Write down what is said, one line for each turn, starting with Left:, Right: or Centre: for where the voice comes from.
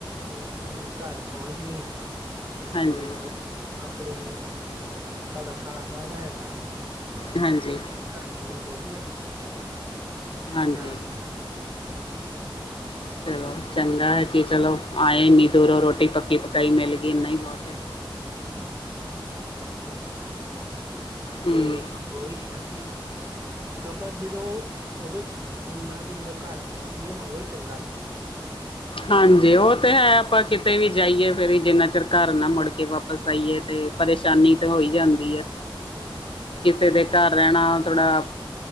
Right: ਏ ਚਲੋ ਘਰ ਪਹੁੰਚ ਗਏ
Left: ਹਾਂਜੀ,
Right: ਤੇ ਉਹ ਆਪਣੀ ਸਾਡਾ ਸਾਲਾ ਸਾਹਿਬ ਹੈਗਾ।
Left: ਹਾਂਜੀ,
Right: ਉਹਦੀ ਘਰਦੀ ਨੇ ਰੋਟੀ ਰੋਟੀ
Left: ਹਾਂਜੀ।
Right: ਬਣਾ ਕੇ ਸਾਡੇ ਵਾਸਤੇ ਲਿਆਈ।
Left: ਚਲੋ ਚੰਗਾ ਐ ਕਿ ਚਲੋ ਆਏ ਇੰਨੀ ਦੂਰੋਂ ਰੋਟੀ ਪੱਕੀ ਪਕਾਈ ਮਿਲ ਗਈ ਏਨਾ ਹੀ ਬਹੁਤ ਏ।
Right: ਹਾਂ ਚਲੋ ਜਿੱਦਾਂ ਵੀ ਆ,
Left: ਹੂੰ
Right: ਤੇ ਓਹੀ ਆ ਕੀ ਸਫ਼ਰ ਜਦੋਂ ਉਦੋਂ ਹੁੰਦਾ ਕਿ ਜਦੋਂ ਘਰ ਪਹੁੰਚ ਜਾਈਏ ਨਾ ਉਦੋਂ ਚੰਗਾ ਲੱਗਦਾ।
Left: ਹਾਂਜੀ ਉਹ ਤੇ ਹੈ ਆਪਾਂ ਕਿਤੇ ਵੀ ਜਾਈਏ ਫੇਰ ਵੀ ਜਿੰਨਾ ਚਿਰ ਘਰ ਨਾ ਮੁੜ ਕੇ ਵਾਪਸ ਆਈਏ ਤੇ ਪਰੇਸ਼ਾਨੀ ਤੇ ਹੋਈ ਜਾਂਦੀ ਆ।
Right: ਹਾਂਜੀ।
Left: ਕਿਸੇ ਦੇ ਘਰ ਰਹਿਣਾ ਥੋੜਾ,